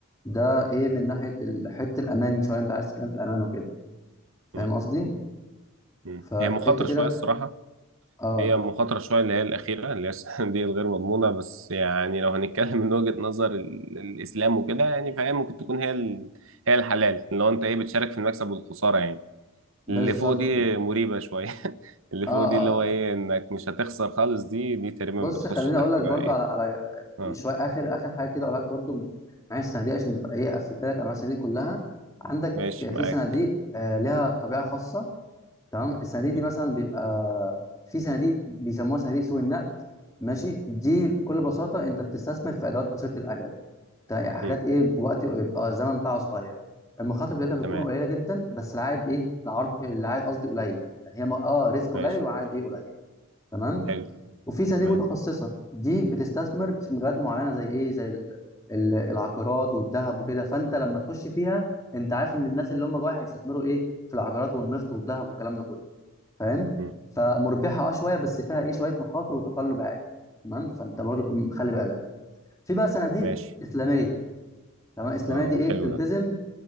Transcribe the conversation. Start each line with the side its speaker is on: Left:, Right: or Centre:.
Left: ايه من ناحيه ال- حته الامان شويه انت عايز تتكلم في الامان وكده فاهم
Right: امم
Left: قصدي
Right: امم
Left: فانت
Right: هي مخاطره
Left: كده
Right: شويه الصراحه
Left: اه
Right: هي مخاطرة شوية اللي هي الأخيرة اللي هي <laughs> السنة دي الغير مضمونة بس يعني لو هنتكلم من وجهة نظر ال- الإسلام وكده يعني فهي ممكن تكون هي ال... هي الحلال اللي هو أنت إيه بتشارك في المكسب والخسارة يعني
Left: بالظبط
Right: اللي فوق دي
Left: كده
Right: مريبة شوية <laughs> اللي
Left: اه
Right: فوق
Left: آه،
Right: دي اللي هو إيه إنك مش هتخسر خالص دي دي تقريبا
Left: بص
Right: بتخش
Left: خليني
Right: تحت
Left: اقول لك
Right: بقى
Left: برضو
Right: إيه
Left: على على
Right: أه
Left: شويه اخر اخر حاجه كده اقول لك برضو من معايا الصناديق عشان تبقى ايه قفلت لك انواع الصناديق كلها عندك
Right: ماشي
Left: في
Right: معاك
Left: صناديق آه لها طبيعه خاصه تمام الصناديق دي
Right: مم.
Left: مثلا بيبقى في صناديق بيسموها صناديق سوق النقد ماشي دي بكل بساطه انت بتستثمر في ادوات قصيره الاجل تا- يعني حاجات
Right: مم.
Left: ايه وقت بيبقى الزمن بتاعها صغير المخاطر بتاعتها
Right: تمام
Left: بتكون قليله جدا بس العائد ايه العرض العائد قصدي قليل يعني هي م- اه ريسك قليل
Right: ماشي
Left: وعائد ايه قليل تمام
Right: حلو
Left: وفي صناديق
Right: تمام
Left: متخصصه دي بتستثمر في مجالات معينه زي ايه زي ال- ال- العقارات والذهب وكده فانت لما تخش فيها انت عارف ان الناس اللي هم جواها هيستثمروا ايه في العقارات والنفط والذهب والكلام ده كله فاهم
Right: مم.
Left: فمربحه اه شويه بس فيها ايه شويه مخاطر وتقلب عالي تمام فانت برضو خلي بالك في بقى صناديق
Right: ماشي
Left: اسلاميه تمام الاسلاميه
Right: أه
Left: دي ايه بتلتزم
Right: حلو ده